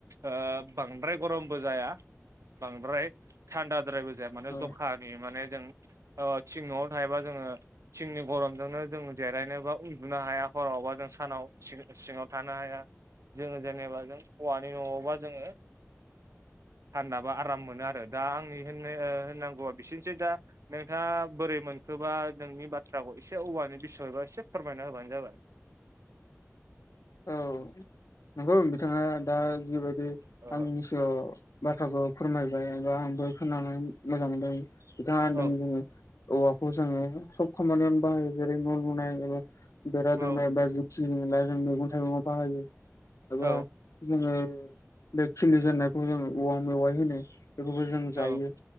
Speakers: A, on the right (about 70°); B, on the left (about 75°).
A: ओ बांद्राय गरमबो जाया। बांद्राय थान्दाद्रायबो जाया माने जखानि
B: औ
A: माने। जों ओ थिं न'आव थायोबा जोङो थिंनि गरमजोंनो जों जेरायनो बा उन्दुनो हाया। हरावबा जों सानाव सि-सिङाव थानो हाया। जोङो जेनेबा जों हौवानि न'आवबा जोङो थान्दाबा आराम मोनो आरो दा आंनि होननो होननांगौवा बिसोरनोसै दा नोंथाङा बोरै मोनखोबा नोंनि बाथ्राखौ एसे औवानि बिसयबा एसे फोरमायना होबानो जाबाय
B: औ ओ बिथाङा दा जिबायदि
A: औ
B: आंनि सिगायाव बाथ्राखौ फोरमायबाय आं आंबो खोनानो मोजां मोनदों बिथाङा होनदों
A: औ
B: जोङो औवाखौ जोङो सब खामानियावनो बाहायो जेरै न' लुनाय एबा बेरा
A: औ
B: दोंनाय बा जों मैगं थाइगंङाव बाहायो एबा
A: औ
B: जोङो बे खिलि जेननायखौ जोङो औवां मेवाइ होनो बेखौबो जों जायो
A: औ